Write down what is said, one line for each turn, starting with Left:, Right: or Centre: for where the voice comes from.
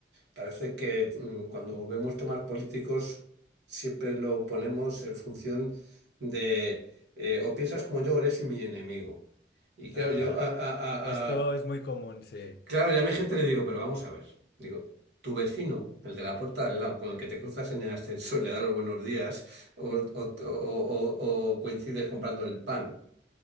Right: Parece que mm, cuando vemos temas políticos siempre lo ponemos en función de eh, o piensas como yo o eres mi enemigo. Y claro,
Left: ajá.
Right: yo a- a- a-
Left: Esto
Right: a-
Left: es muy común, sí,
Right: claro, ya a mi gente le digo, pero vamos a ver. Digo, tu vecino, el de la puerta de al lado, con el que te cruzas en el ascensor, le das los buenos días, o, o, o- o- o coincides comprando el pan.